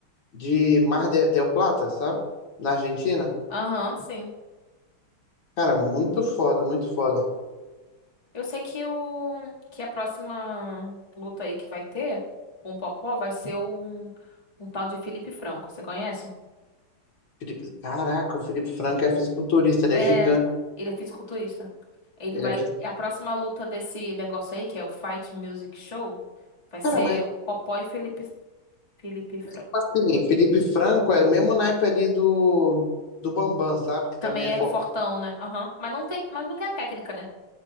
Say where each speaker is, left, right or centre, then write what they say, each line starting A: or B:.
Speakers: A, on the left; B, on the left.
A: de Mar de- del Plata, sabe? Na Argentina.
B: Aham, sim.
A: Cara, muito foda, muito foda.
B: Eu sei que o que a próxima luta aí que vai ter com o Popó vai ser um, um tal de Felipe Franco. Você conhece?
A: Felipe, caraca, o Felipe Franco é fisiculturista, ele
B: É.
A: é gigante.
B: Ele é fisiculturista. Ele
A: Ele
B: vai.
A: é... fis-
B: A próxima luta desse negócio aí, que é o Fight Music Show, vai ser
A: Cara, mas
B: Popó e Felipe, Felipe Franco.
A: tipo assim, Felipe Franco é o mesmo naipe ali do, do Bambam, sabe? Que
B: Também
A: também é forte.
B: é fortão, né? Aham. Mas não tem, mas não tem a técnica, né?